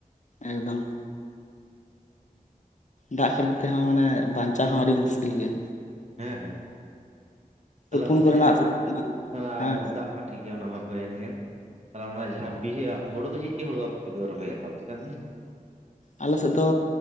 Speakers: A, on the left; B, on the right.
A: ᱮᱠᱫᱚᱢ ᱫᱟᱜ ᱠᱷᱟᱹᱛᱤᱨ ᱛᱮᱦᱚᱸ ᱢᱟᱱᱮ ᱵᱟᱧᱪᱟᱜ ᱦᱚᱸ ᱟᱹᱰᱤ ᱢᱩᱥᱠᱤᱞ ᱜᱮᱭᱟ᱾
B: ᱦᱮᱸ ᱦᱮᱸ ᱛᱟᱦᱞᱮ
A: ᱛᱩᱯᱩᱱ
B: ᱟᱯᱮᱥᱮᱫ
A: ᱠᱚᱨᱮᱱᱟᱜ
B: ᱡᱟᱦᱟᱸ ᱚᱱᱟ
A: ᱦᱮᱸ
B: <inaudible> ᱫᱟᱜ ᱢᱟ᱾ ᱴᱷᱤᱠ ᱜᱮᱭᱟ ᱚᱱᱟ ᱢᱟ ᱦᱩᱭᱮᱱ ᱜᱮ᱾ ᱛᱟᱦᱚᱞᱮ ᱚᱱᱟ ᱡᱟᱦᱟᱸ ᱵᱤᱦᱤ ᱟ ᱦᱩᱲᱩ ᱫᱚ ᱪᱮᱜ ᱪᱮᱜ ᱦᱩᱲᱩ ᱟᱯᱮ ᱥᱮᱫᱚ ᱨᱚᱦᱚᱭᱟ ᱛᱟ ᱟᱯᱮ ᱥᱮᱫ ᱫᱚ᱾
A: ᱟᱞᱮ ᱥᱮᱫ ᱫᱚ